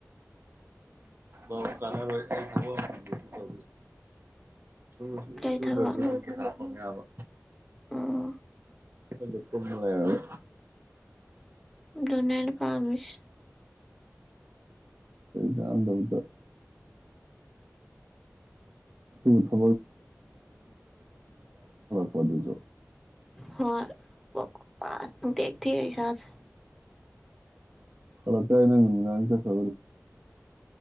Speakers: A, on the right (about 45°); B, in the centre.
A: ꯥꯎ ꯀꯂꯔ ꯑꯣꯏ ꯈꯕ ꯇꯧꯁꯣ ꯁꯨ ꯁꯨ
B: ꯀꯩ
A: ꯁꯨꯗ꯭ꯔꯁꯨꯄ
B: ꯊꯕꯛꯅꯣ
A: ꯌꯥꯕ
B: ꯑꯥ
A: ꯗ ꯀ ꯂꯩꯅꯤ
B: ꯗꯨꯅꯅꯄꯥꯃꯤꯁ
A: ꯗꯗ ꯊ ꯇꯥ ꯄꯗꯨꯁꯨ
B: ꯍꯣꯏ <unintelligible> ꯥ ꯗꯊ ꯑꯩꯁꯥꯁ
A: ꯑ ꯀꯥꯏ ꯉꯥꯡꯇꯠꯇꯒ